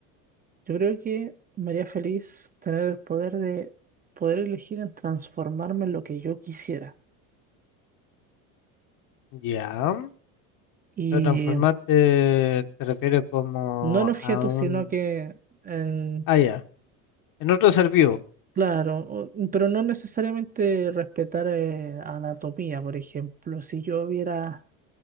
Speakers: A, on the right; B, on the left.
A: Yo creo que me haría feliz tener el poder de poder elegir en transformarme en lo que yo quisiera.
B: Ya,
A: Y
B: pero transformarte te refieres como
A: no en objetos,
B: a un...
A: sino que en,
B: Ah, ya, en otro ser vivo.
A: claro, o- pero no necesariamente respetar eh, anatomía, por ejemplo. Si yo viera